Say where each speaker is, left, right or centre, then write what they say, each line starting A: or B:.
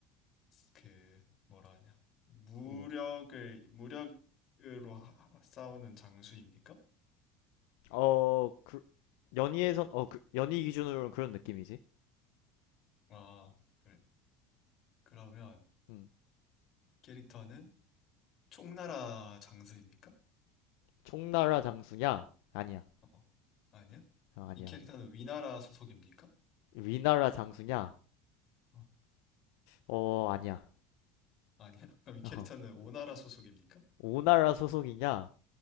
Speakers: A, on the left; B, on the left.
A: 그 뭐라 하냐 무력을
B: 뭐.
A: 무력으로 하- 하- 싸우는 장수입니까?
B: 어, 그, 연희에선, 어, 그, 연희 기준으로는 그런 느낌이지.
A: 아 그래 그러면
B: 응.
A: 캐릭터는 총나라 장수입니까?
B: 총나라 장수냐? 아니야.
A: 어 아니야
B: 어, 아니야,
A: 이 캐릭터는
B: 아니야.
A: 위나라 소속입니까?
B: 위나라 장수냐?
A: 어
B: 어, 아니야.
A: 아니야 <laughs> 그럼 이 캐릭터는
B: 어.
A: 오나라 소속입니까?
B: 오나라 소속이냐?